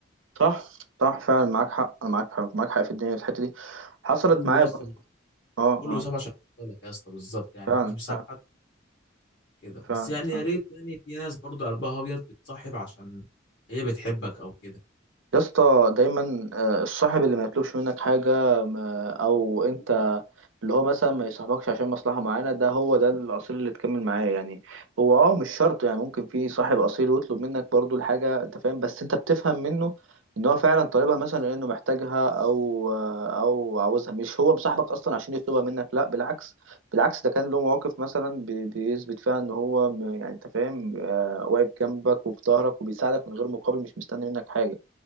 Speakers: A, on the right; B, on the left.
A: صح صح فعلا معاك حق معاك حق معاك حق في الدنيا في الحتة دي حصلت
B: كله
A: معايا
B: يا اسطى
A: برضه اه اه
B: كله بيصاحب عشان لك يا اسطى بالظبط يعني
A: فعلا
B: محدش بيصاحب
A: فعلا
B: حد كده بس
A: فعلا
B: يعني
A: فعلا.
B: يا ريت يعني في ناس برضه قلبها ابيض بتصاحب عشان هي بتحبك او كده
A: يا اسطى دايما آه، الصاحب اللي ما يطلبش منك حاجة ما- او انت اللي هو مثلا ما يصاحبكش عشان مصلحة معانا ده هو ده الأصيل اللي تكمل معاه يعني هو اه مش شرط يعني ممكن في صاحب أصيل ويطلب منك برضو الحاجة انت فاهم بس انت بتفهم منه ان هو فعلا طالبها مثلا لانه محتاجها او آه، او عاوزها مش هو مصاحبك اصلا عشان يطلبها منك لا بالعكس بالعكس ده كان له مواقف مثلا بي- بيثبت فيها ان هو م- يعني انت فاهم آه، واقف جنبك وفي ظهرك وبيساعدك من غير مقابل مش مستني منك حاجة